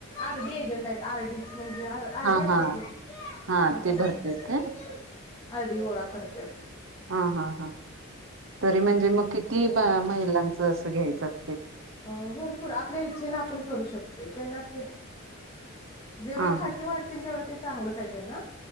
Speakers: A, on the left (about 20°); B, on the right (about 60°).
A: आर डी एजंट आहेत आर डी म्हणजे आर आर
B: हा
A: डी असते
B: हा
A: की <unintelligible>
B: हा ते भरते काय
A: आर डी गोळा करत्यात.
B: हा हा हा तरी म्हणजे मग किती महिलांच अस घ्यायच अस
A: अ भरपूर आपल्या इच्छेन आपण करू शकतोय त्यांना के जेवढी
B: हा
A: खाती
B: हा
A: वाढतील तेवढं ते चांगलंच आहे त्यांना